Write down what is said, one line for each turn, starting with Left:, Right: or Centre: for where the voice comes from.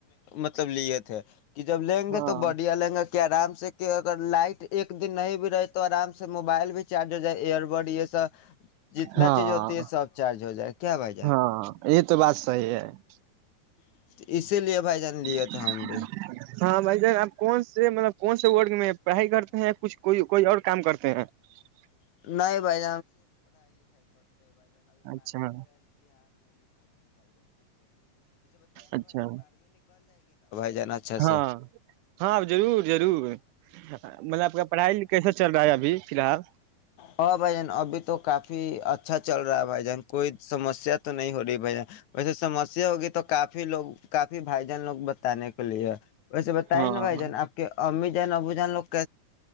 Left: مطلب لیے تھے <unintelligible>
Right: ہاں ہاں
Left: <unintelligible> <unintelligible>
Right: <unintelligible>
Left: <unintelligible>
Right: <unintelligible>
Left: لیے تھے ہم بھی
Right: <unintelligible>
Left: <unintelligible> <unintelligible> <unintelligible> <unintelligible> نہ بائی
Right: اچھا اچھا
Left: جائے اچھا
Right: ہاں
Left: سے
Right: ہاں ضرور ضرور مطلب آپ کا پڑھائی کیسا چل رہا ہے ابھی فی الحال
Left: ہاں بھائی جان ابھی تو کافی اچھا چل رہا ہے بھائی جان کوئی سمسیا تو نہیں ہو رہی بھائی جان ویسے سمسیا ہوگی تو کافی لوگ کافی بھائی جان لوگ ب آنے کے لیے ویسے بتائیے
Right: ہاں
Left: نا بھائی جان آپ کی امی جو جین ابدان لگ